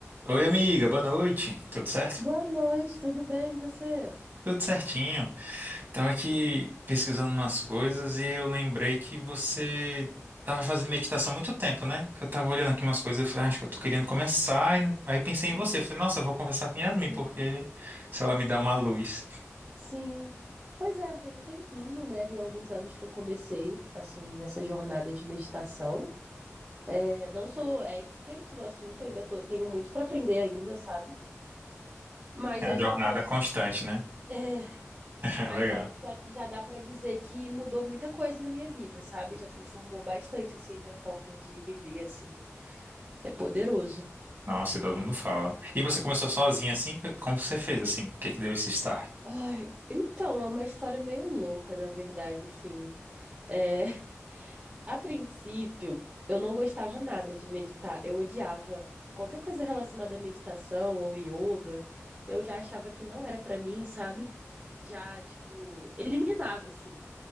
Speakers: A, on the right; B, on the right.
A: Oi, amiga, boa noite. Tudo certo?
B: Boa noite, tudo bem, e você?
A: Tudo certinho. Tava aqui pesquisando umas coisas e eu lembrei que você tava fazendo meditação há muito tempo, né? Que eu tava olhando aqui umas coisas, eu falei, "Ah, acho que eu tô
B: Uhum.
A: querendo começar. E não- Aí pensei
B: Hum,
A: em você. Falei, nossa, eu vou conversar com Yasmin,
B: uhum.
A: porque se ela me dá uma luz.
B: Sim. Pois é, tem um tempinho, né? Tem alguns anos que eu comecei, assim, essa jornada de meditação. É, não sou expert no assunto, ainda tô- tenho muito para aprender ainda, sabe? Mas
A: É uma
B: eu
A: jornada
B: já posso,
A: constante, né?
B: é,
A: <laughs>
B: mas
A: Legal.
B: já, já, já dá para dizer que mudou muita coisa na minha vida, sabe? Já transformou bastante, assim, a minha forma de viver, assim. É poderoso.
A: Nossa, e todo mundo fala. E você começou sozinha assim? Como você fez assim? O que que deu esse start?
B: Ai, então, é uma história meio louca, na verdade, assim. É, A princípio, eu não gostava nada de meditar. Eu odiava qualquer coisa relacionada à meditação ou yoga. Eu já achava que não era pra mim, sabe? Já, tipo, eliminava, assim.